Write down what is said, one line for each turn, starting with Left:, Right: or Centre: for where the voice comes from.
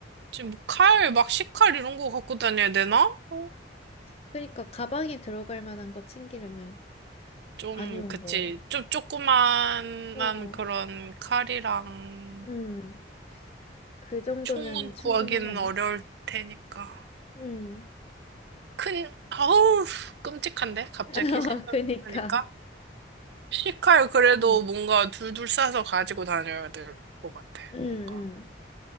Right: 지금 뭐 칼, 막 식칼 이런 거 갖고 다녀야 되나? 어?
Left: 그러니까 가방에 들어갈 만한 거 챙기려면
Right: 좀,
Left: 아니면
Right: 그치.
Left: 뭐,
Right: 좀 조그만한
Left: 어,
Right: 그런 칼이랑
Left: 음, 그 정도면은
Right: 총은
Left: 충분하려나?
Right: 구하기는 어려울 테니까.
Left: 음,
Right: 큰, 아우, 끔찍한데? 갑자기
Left: <laughs>
Right: 생각하니까.
Left: 그니까,
Right: C칼 그래도
Left: 음,
Right: 뭔가 둘둘 싸서 가지고 다녀야 될 것 같아.
Left: 음, 음,
Right: 뭔가.